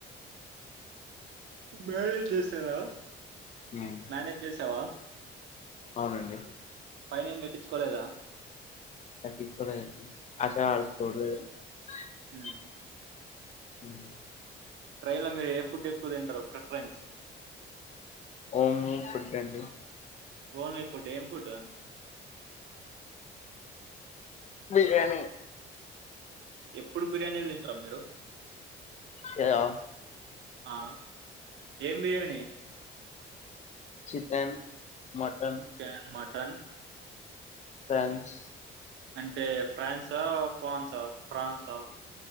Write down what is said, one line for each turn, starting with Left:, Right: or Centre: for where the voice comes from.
Right: మేనేజ్ చేసావా
Left: హ్మ్.
Right: మేనేజ్ చేసావా
Left: అవునండి
Right: ఫైన్ ఏం కట్టించుకోలేదా
Left: చకీ చ అస చర <unintelligible>
Right: ఉమ్.
Left: హ
Right: ట్రైన్ లో మీరు ఏ ఫుడ్ ఎక్కువ తింటరు ప్రిఫరెన్స్
Left: హోమ్ ఫుడ్ అండి
Right: ఓన్లీ ఫుడ్ ఏం ఫడ్
Left: బిర్యానీ
Right: ఎప్పుడు బిర్యానీలు తింట్రా మీరు
Left: ఏ అ
Right: ఆ ఏం biryani
Left: chicken mutton
Right: chicken mutton
Left: prawns
Right: అంటే ప్రన్సా ఫాన్సా ఫ్రాన్సా